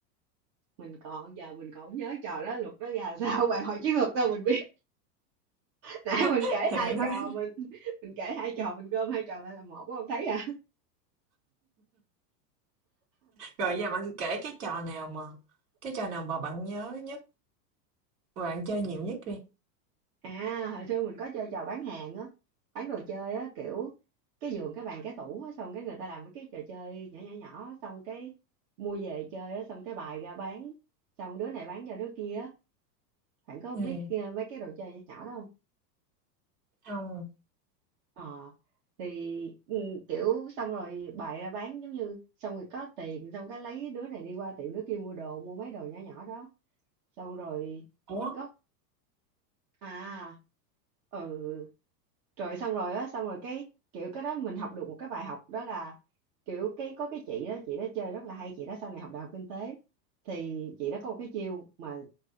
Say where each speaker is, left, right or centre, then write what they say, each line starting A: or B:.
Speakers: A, on the right; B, on the right.
A: mình còn giờ mình còn không nhớ trò đó, luật đó ra làm sao, <laughs> bạn hỏi chiến thuật sao mình biết. Nãy mình
B: <laughs>
A: kể
B: thì
A: hai
B: bạn nói
A: trò, mình mình kể hai trò mình gom hai trò lại là một có không thấy à?
B: rồi giờ bạn kể cái trò nào mà cái trò nào mà bạn nhớ nhất và bạn chơi nhiều nhất đi
A: À, hồi xưa mình có chơi trò bán hàng á, bán đồ chơi á, kiểu cái giường, cái bàn, cái tủ á, xong cái người ta làm mấy cái trò chơi nhỏ nhỏ nhỏ, xong cái mua về chơi á, xong cái bài ra bán, xong đứa này bán cho đứa kia á, bạn có
B: ừ
A: biết ờ, mấy cái đồ chơi nhỏ nhỏ đó không?
B: không
A: Ờ, thì ừ, kiểu xong rồi bài ra bán giống như xong rồi có tiền, xong cái lấy đứa này đi qua tiệm đứa kia mua đồ, mua mấy đồ nhỏ nhỏ đó, xong rồi
B: ủa
A: có à ừ rồi xong rồi á xong rồi cái kiểu cái đó mình học được một cái bài học đó là kiểu cái có cái chị đó chị đó chơi rất là hay chị đó sau này học đại học kinh tế thì chị đó có một cái chiêu mà